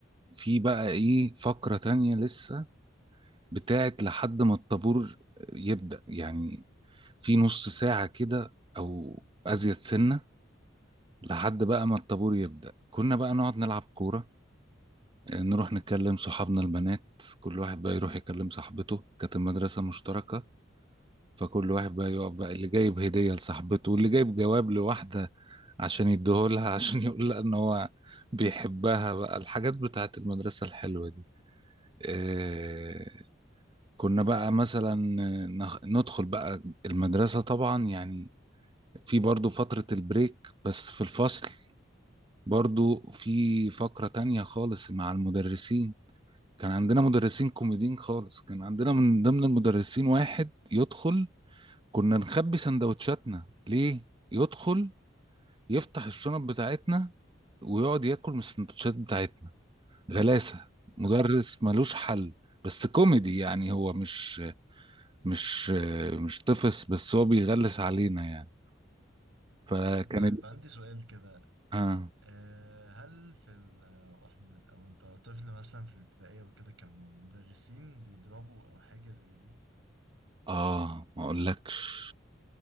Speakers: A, on the right; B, on the right.
A: في بقى ايه فقرة تانية لسه بتاعت لحد ما الطابور يبدأ يعني في نص ساعة كده او ازيد سنة لحد بقى ما الطابور يبدأ كنا بقى نقعد نلعب كورة آه، نروح نكلم صحابنا البنات كل واحد بقى يروح يكلم صاحبته كانت المدرسة مشتركة فكل واحد بقى يقف بقى اللي جايب هدية لصاحبته واللي جايب جواب لواحدة عشان يديهولها <laughs> عشان يقول لها ان هو بيحبها بقى الحاجات بتاعت المدرسة الحلوة دي آه، كنا بقى مثلا آه، نخ- ندخل بقى المدرسة طبعا يعني في برضو فترة البريك بس في الفصل برضو في فقرة تانية خالص مع المدرسين كان عندنا مدرسين كوميديين خالص كان عندنا من ضمن المدرسين واحد يدخل كنا نخبي سندوتشاتنا ليه يدخل يفتح الشنط بتاعتنا ويقعد ياكل من السندوتشات بتاعتنا غلاسة مدرس
B: آه.
A: ملوش حل بس كوميدي يعني هو مش مش مش طفس بس هو بيغلس علينا يعني فكانت
B: طيب عندي سؤال كده
A: اه
B: آه، هل في ال... واحنا وانت طفل مثلا في الابتدائية وكده كانوا مدرسين بيضربوا او حاجة زي دي
A: اه ما اقولكش